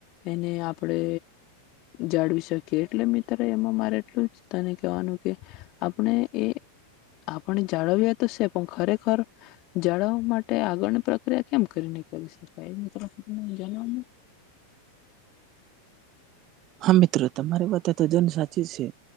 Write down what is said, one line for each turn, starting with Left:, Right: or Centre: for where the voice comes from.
Left: એને આપડે જાળવી શકીએ એટલે મિત્ર એમાં મારે એલું તને કવાનું કે આપણે એ પણ જાડો બીયા તશે પણ ખરેખર જાળવવા માટે આગળની પ્રક્રિયા કેમ કરીને કરી શ ભ હમ જનમાં <unintelligible>
Right: હા મિત્રો તમારી વાત તો જન સાચી છે